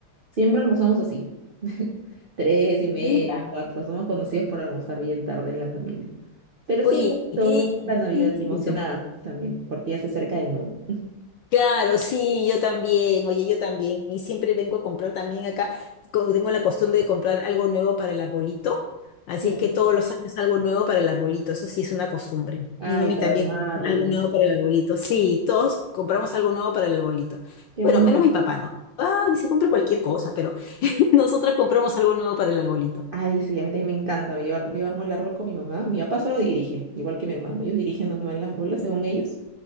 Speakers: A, on the right; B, on the left.
A: siempre almorzamos así. <laughs> Tres y media,
B: mira.
A: cuatro, somos conocidos por almorzar bien tarde en la familia. Pero
B: Oye,
A: sí, bonito,
B: qué,
A: bonito
B: qué
A: la Navidad
B: distinto.
A: y emocionada también, porque ya se acerca de nuevo.
B: Claro, sí, yo también, oye, yo también. Y siempre vengo a comprar también acá, co- tengo la costumbre de comprar algo nuevo para el arbolito, así
A: Claro.
B: es que todos los años algo nuevo para el arbolito, eso sí es una costumbre.
A: Ay,
B: Mi mami
A: para
B: también,
A: armarlo.
B: algo nuevo para el arbolito, sí, todos compramos algo nuevo para el arbolito.
A: Qué
B: Bueno,
A: bonito.
B: menos mi papá, ¿no? Ay, se compra cualquier cosa, pero <laughs> nosotras compramos algo nuevo para el arbolito.
A: Ay, sí, a mí también me encanta. Yo, ar- yo armo el árbol con mi mamá. Mi papá solo dirige, igual que mi hermano. Ellos dirigen donde van las bolas, según ellos.